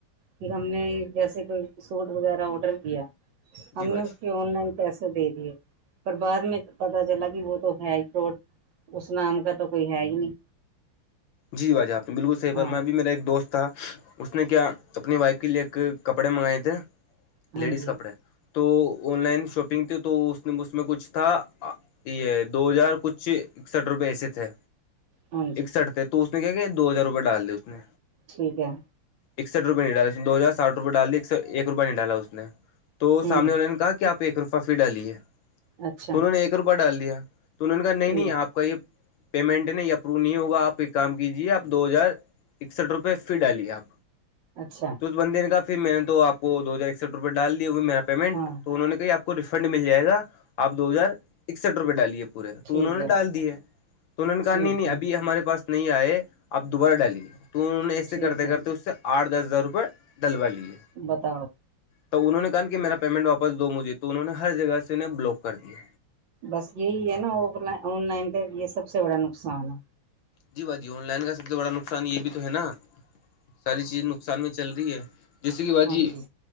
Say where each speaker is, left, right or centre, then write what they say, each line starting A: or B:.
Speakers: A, on the right (about 70°); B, on the left (about 70°).
A: کہ ہم نے جیسے کوئی سوٹ وغیرہ آڈر کیا ہم
B: جی باجی
A: نے اس کی اون لائن پیسے دے دیے پر بعد میں پتتا چلا کہ وہ تو ہے ہی فروٹ اس نام کا تو کوئی ہے ہی نہیں
B: جی واجح آپ نے بالکل صحیح پر
A: ہاں
B: میں ابھی میرا ایک دوست تھا اس نے کیا اپنی وائف کے لیے ایک کپڑے منگائے تھے
A: ہاں
B: لیڈیز
A: جی
B: کپڑے تو آن لائن شاپنگ تھی تو اس نے اس میں کچھ تھا یہ دو ہزار کچھ اکسٹھ روپئے ایسے تھے
A: ہاں جی
B: اکسٹھ تھے تو اس نے کیا کیا دو ہزار روپئے ڈال دی اس نے
A: ٹھیک ہے
B: اکٹھ روپئے نہیں ڈالا اس نے دو ہزار ساھ روپئے ڈال دی ایک ایک روپ نہیں ڈا اس نے تو
A: ہوں
B: سامنے والے نے کہا کہ آپ ایک روپہ فھر ڈالیے
A: اچھا
B: تو انہوں نے ایک روپہ ڈال دیا تو ان کا نہیں
A: ٹھیک
B: نہیں
A: ہے
B: آپ کا یہ پیمنٹ نہیں یہ اپروو نہیں ہوگا آپ ایک کام کیجیے آپ دو ہزار اکسٹھ روپئے فی ڈالیے آپ
A: اچھا
B: بند دن کا پھر میں نے توپ کو دو ہزار اکسٹھ روپئے ڈال دیا وہ میرا پیمنٹ
A: ہاں
B: تو انوں نے کہ آپ کو ریفنڈ مل جائے گا آپ دو ہزار اکسٹھ روپئے ڈالیے پورے تو
A: ٹھیک
B: انہوں نے
A: ہے
B: ڈال دیے تو انہوں نے کہا
A: ٹھیک
B: نہیں نہیں
A: ہے
B: ابھی ہمارے پاس نہیں آئے آپ دوبارہ ڈالیے تو انہوں نے ایے
A: ٹھیک
B: کرتے
A: ہے
B: کرتے اس سے آٹھ دس ہزار روپئے ڈلوا لیے
A: بتاؤ
B: تو انہوں نے کہا نا کہ میرا پیمنٹ واپس دو مجھے تو انہوں نے ہر جگہ سے انہیں بلاک کر دیا
A: بس یہی ہے نا آف آن لائن کا یہ سب سے بڑا نقصان ہے
B: جی بھ جی آن لائن کا سب سے بڑا نقصان یہ بھی تو ہے نا ساری چیزیں نقصان میں چل رہی ہے جیسے کہ بھاجی
A: ہاں جی